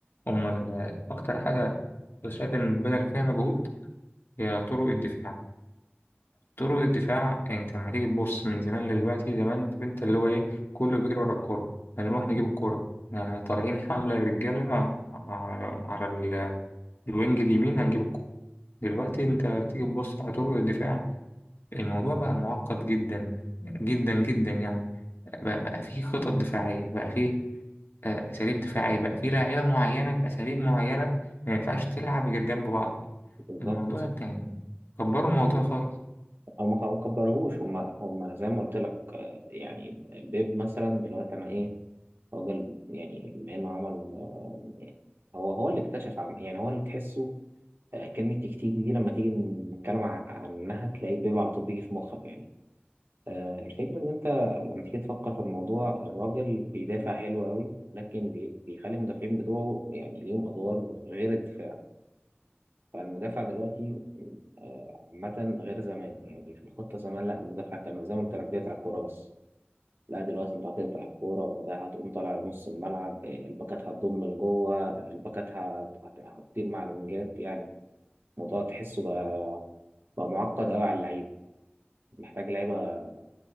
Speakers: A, on the left; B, on the right.
A: امال آه، اكتر حاجه أنا شايف إن بدل فيها مجهود هي طرق الدفاع طرق الدفاع انت لما تيجي تبص من زمان لدلوقتي زمان انت انت اللي هو ايه كله بيجري ورا الكورة هنروح نجيب الكورة آه، طالعين حملة يا رجالة على على ال- الوينج اليمين هنجيب الكورة دلوقتي انت بتيجي تبص على طرق الدفاع الموضوع بقى معقد جدا جدا جدا يعني بقى, بقى فيه خطط دفاعية بقى فيه آه، أساليب دفاعية بقى فيه لاعيبة معينة بأساليب معينة ما ينفعش تلعب غير جنب بعض
B: بالظبط
A: الموضوع التاني كبروا الموضوع خالص
B: هم ما كبروهوش هم هم زي ما قلت لك آه، يعني بيب مثلا دلوقتي أنا إيه راجل يعني بما إنه عمل آه، يعني هو هو اللي اكتشف عم يعني هو اللي تحسه آه، كلمة تكتيك دي لما تيجي نتكلم ع- عنها تلاقي بيب على طول بيجي في مخك يعني آه، الفكرة إن أنت لما تيجي تفكر في الموضوع الراجل بيدافع حلو قوي لكن بي- بيخلي المدافعين بتوعه يعني ليهم أدوار غير الدفاع فالمدافع دلوقتي آه، عامة غير زمان يعني في الخطة زمان لا المدافع كان زي ما قلت لك بيقطع الكورة بس لا دلوقتي أنت هتقطع الكورة وبعدها هتقوم طالع نص الملعب آه، الباكات هتضم لجوه آه، الباكات هت- هت- هتطير مع الونجات يعني الموضوع تحسه بقى بقى معقد قوي على اللعيبة محتاج لعيبة